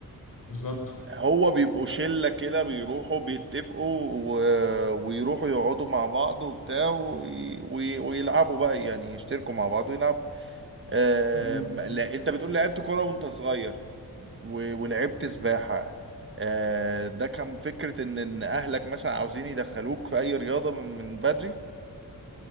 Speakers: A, on the left; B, on the right.
A: بالظبط
B: هو بيبقوا
A: آه،
B: شلة كده بيروحوا بيتفقوا و... ويروحوا يقعدوا مع بعض وبتاع وي... وي... ويلعبوا بقى يعني يشتركوا مع بعض ويلعبوا آم...
A: مم.
B: لا انت بتقول لعبت كرة وانت صغير و... ولعبت سباحة آه... ده كان فكرة ان إن اهلك مثلا عاوزين يدخلوك في اي رياضة من, من بدري